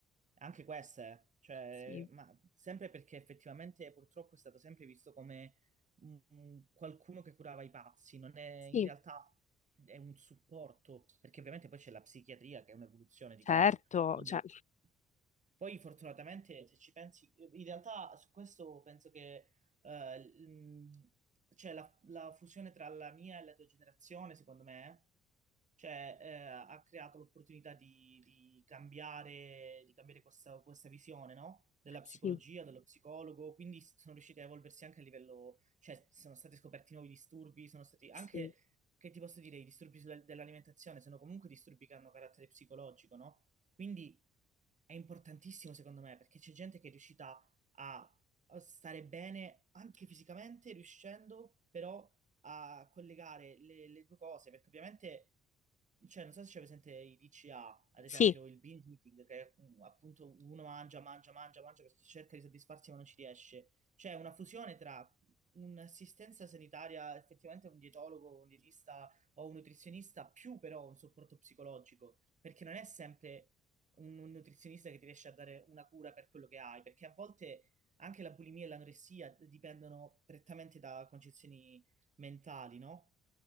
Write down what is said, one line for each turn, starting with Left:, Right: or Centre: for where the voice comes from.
Right: Anche queste, cioè,
Left: sì,
Right: ma sempre perché effettivamente purtroppo è stato sempre visto come mm, qualcuno che curava i pazzi, non è in
Left: sì,
Right: realtà è un supporto, perché ovviamente poi c'è la psichiatria che è un'evoluzione di
Left: certo,
Right: quello. Quindi
Left: cioè,
Right: poi fortunatamente se ci pensi, in realtà su questo penso che eh, l- mh, cioè la, la fusione tra la mia e la tua generazione, secondo me, cioè, eh, ha creato l'opportunità di, di cambiare, di cambiare questa, questa visione, no? Della
Left: sì,
Right: psicologia, dello psicologo, quindi s- sono riusciti a evolversi anche a livello, cioè sono stati scoperti nuovi disturbi, sono stati anche,
Left: sì,
Right: che ti posso dire, i disturbi sulla- dell'alimentazione sono comunque disturbi che hanno carattere psicologico, no? Quindi è importantissimo secondo me perché c'è gente che è riuscita a a stare bene anche fisicamente, riuscendo però a collegare le, le due cose, perché ovviamente, cioè, non so se c'è presente i DCA, ad esempio
Left: sì.
Right: il binge eating, che è, mm, appunto uno mangia, mangia, mangia, mangia, perché cerca di soddisfarsi ma non ci riesce. C'è una fusione tra un'assistenza sanitaria, effettivamente un dietologo, un dietista o un nutrizionista, più però un supporto psicologico, perché non è sempre un, un nutrizionista che ti riesce a dare una cura per quello che hai, perché a volte anche la bulimia e l'anoressia dipendono prettamente da concezioni mentali, no?